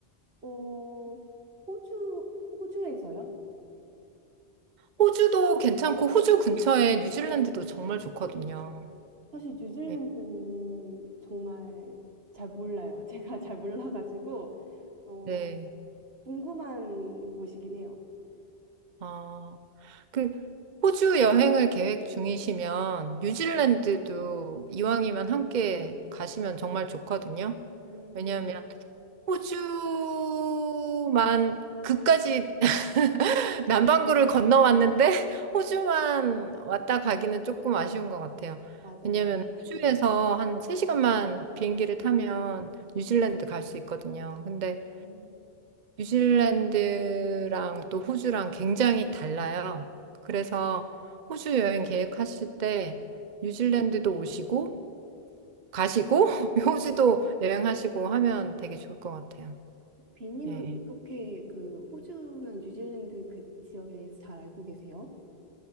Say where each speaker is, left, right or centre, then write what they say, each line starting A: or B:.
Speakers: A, on the right; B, on the right.
A: 어, 호주, 호주에서요?
B: 호주도 괜찮고 호주 근처에 뉴질랜드도 정말 좋거든요.
A: 어, 사실 뉴질랜드는
B: 네.
A: 정말 잘 몰라요. <laughs> 제가 잘 몰라가지고 어,
B: 네.
A: 궁금한 곳이긴 해요.
B: 아, 그 호주 여행을 계획 중이시면 뉴질랜드도 이왕이면 함께 가시면 정말 좋거든요.
A: 음,
B: 왜냐하면 호주만 그까지 <laughs> 남반구를 건너왔는데 호주만 왔다 가기는 조금 아쉬운 것 같아요.
A: 맞아요.
B: 왜냐하면 호주에서 한 3시간만 비행기를 타면 뉴질랜드 갈 수 있거든요. 근데
A: 음.
B: 뉴질랜드랑 또 호주랑 굉장히 달라요. 그래서 호주 여행 계획하실 때 뉴질랜드도 오시고 가시고 <laughs> 호주도 여행하시고 하면 되게 좋을 것 같아요.
A: 비님은
B: 예.
A: 어떻게 그 호주나 뉴질랜드 그 지역에 대해서 잘 알고 계세요?